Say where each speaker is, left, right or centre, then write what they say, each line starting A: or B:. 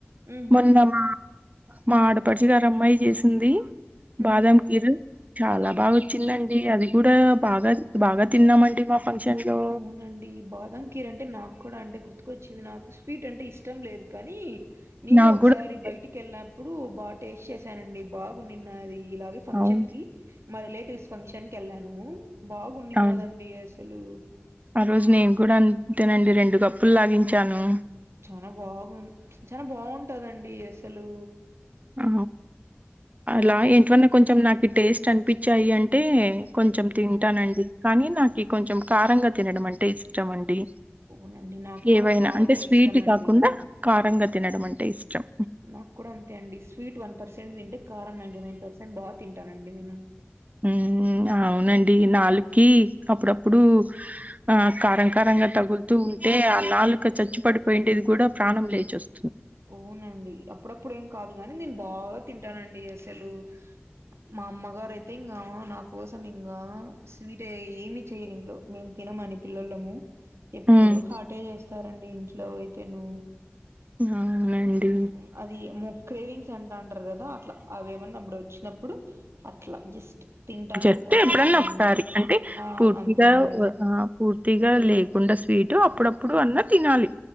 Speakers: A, on the right; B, on the right.
A: మ్మ్ హు
B: మొన్న మా మా ఆడపడుచు గారు అమ్మాయి చేసింది బాదం
A: ఉహు
B: ఖీర్ చాలా బాగొచ్చిందండి అది కూడా బాగా బాగా తిన్నామండి మా ఫ్ ఫంక్షన్ లో
A: అవునండి బాదం ఖీర్ అంటే నాక్కుడ అంటే గుర్తుకొచ్చింది నాకు స్వీట్ అంటే ఇష్టం లేదు కానీ నేను
B: నాకు
A: ఒకసారి
B: కూడా అంతే
A: బైటికి వెళ్నప్పుడు బా టేస్ట్ చేసానండి బాగుండినాది ఇలాగే ఫంక్షన్
B: అవును
A: కి మా రిలేటివ్స్ ఫంక్షన్ కి వెళ్ళాను బాగుండిన్నాదండి
B: అవును
A: అస్ సలు
B: ఆ రోజు నేను కూడ అంతేనండి రెండు కప్పులు లాగించాను
A: చానా బాగుం చానా బాగుంటాదండి అసలు
B: ఆ అలా ఏంటివన్నా కొంచెం నాకు టేస్ట్ అనిపించాయి అంటే కొంచెం తింటానండి
A: ఆ
B: కానీ నాకి కొంచెం కారంగా తినడం అంటే ఇష్టం అండి
A: అవునండి నాకు కూడా
B: ఏవైనా
A: కారమే
B: అంటే స్వీట్
A: ఇష్టం అండి
B: కాకుండ కారంగా తినడం అంటే ఇష్టం
A: నాక్కూడా అంతే అండి స్వీట్ వన్ పర్సెంట్ తింటే కారం నైంటీ నైన్ పర్సెంట్ బా తింటానండి నేను
B: ఉమ్ హ్ అవునండి నాలుక్కి అప్పుడప్పుడు ఆ కారం కారంగా తగులుతుం టే ఆ నాలుక చచ్చు పడిపోయిండేది కూడ ప్రాణం లేచొస్
A: అవునండి అప్పుడప్పుడు ఏం కాదు గాని నేను బాగా తింటానండి అసలు మా అమ్మగారు అయితే ఇంగా నా కోసం ఇంగా స్వీట్ ఏమీ చేయరు ఇంట్లో మేం తి నమని పిల్లోల్లము ఎప్పుడు
B: హ్మ్.
A: హాటే చేస్తారండి ఇంట్లో అయితేను
B: అవునండి.
A: మ్మ్ అది ఎమో క్రేవింగ్స్ అంటా అంటరు కదా అట్లా అవి ఏమన్నా అబ్బుడొచ్చి నప్పుడు అట్ల జస్ట్ తింటాను
B: జస్ట్
A: వదిలేస్తానండి
B: ఎప్పుడన్నా ఒకసారి అంటే
A: ఆ
B: పూర్తిగా
A: అంతే అండి
B: వ అ ఆపూర్తి గాలేకుండా స్వీట్ అప్పుడప్పుడు అన్న తినాలి